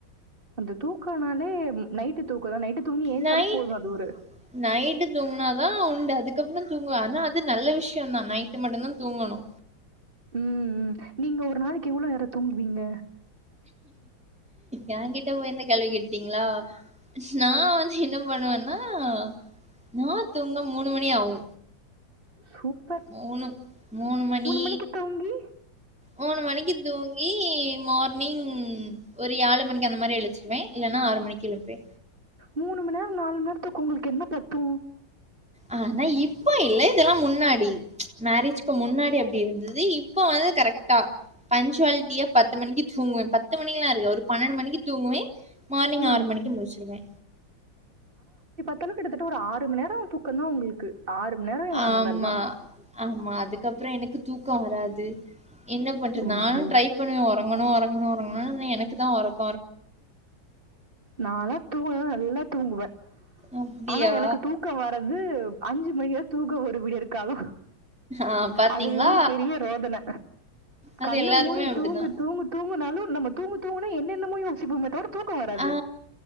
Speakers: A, on the right; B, in the centre.
A: அந்த தூக்கனாலே நைட்டு தூக்கதா நைட்டு தூங்கி ஏஞ்சாலே
B: நைட்
A: போது அது ஒரு
B: நைட்டு தூங்கினாதா உண்டு அதுக் கு அப்புற தூங்குவே ஆனா அது நல்ல விஷயந்தா நைட்டு மட்டுந்தா தூங்கணு
A: உ உ நீங்க ஒரு நாளைக்கு எவ்வளோ நேரோ தூங்குவீங்க
B: எ கிட்ட போயி இந்த கேள்வி கேட்டீங்களா நா வந்து என்ன பண்ணுவேன்னா ஆ நா தூங்க மூணு மணி ஆவு
A: சூப்பர்
B: மூணு மூணு மணி
A: மணிக்கு தூங்கி
B: மூணு மணிக்கு தூங்கி மார்னிங் ஒரு யாழு மணிக்கு அந்த மாரி எழுந்ச்சிருவே இல்லன்னா ஆறு மணிக்கு எழும்பே
A: மூணு மண் நேரோ நாலு மணி நேரத்தூக்கோ உங்களுக்கு என்ன பத்து
B: ஆனா இப்போ இல்ல இதெல்லா முன்னாடி மேரேஜ்கு முன்னாடி அப்டி இருந்தது இப்ப வந்து கரெக்டா பஞ்ச்வால்ட்டியா பத்து மணிக்கு தூங்குவே பத்து மணிக்குலா இருக்கு ஒரு பன்னெண்டு மணிக்கு தூங்குவே மார்னிங்
A: ம்
B: ஆறு மணிக்கு முளிச்சிருவே
A: க கிட்டத்தட்ட ஒரு ஆறு மணி நேரோ தூக்கந் தா உங்களுக்கு ஆறு மண் நேரோ அந்த
B: ஆமா
A: மாரிதா
B: ஆமா அதுக்கு அப்புற எனக்கு தூக் க்கோவராது என்ன பண்றத்
A: ஓஹோ
B: நானு ட்ரை பண்ணுவ ஒரங்கணு ஒரங்கணு <unintelligible> எனக்கு தா ஒரக்
A: நாளா தூங்க நல்லா தூங்குவே
B: அப்டியா
A: ஆனா எனக்கு தூக்க வரது அஞ்சு மணிக்கு தா தூக்க ஒரு வீடியர் காலோ
B: ஆ பாத்தீங்களா
A: அது ஒரு பெரிய ரோதன
B: அது
A: கண்ணு
B: எல்லாருக்குமே
A: மூடி
B: அப்டிதா
A: தூங்கு தூங்கு தூங்குனாலு நம்ம தூங்கு தூங்குனா என்ன இன்னுமே யோசிப்போமே தவர தூக்கோ வராது
B: ஆ